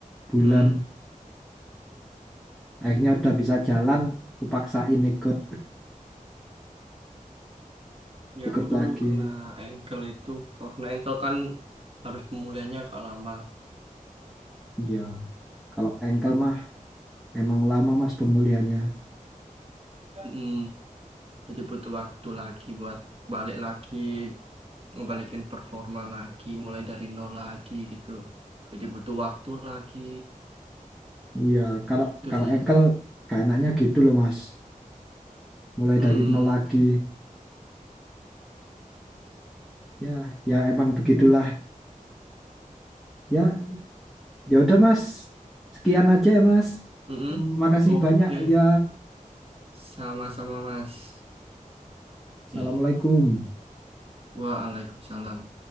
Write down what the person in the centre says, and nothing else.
bulan.
Akhirnya udah bisa jalan, kupaksain ikut
ikut
lagi.
Iya, kalau engkel mah emang lama mas pemulihannya.
Iya, kalau
kalau
engkel kayak enaknya gitu loh mas. Mulai
dari nol lagi. Ya, ya emang begitulah. Ya, Ya udah Mas, sekian aja ya Mas.
Makasih
banyak ya.
Assalamualaikum.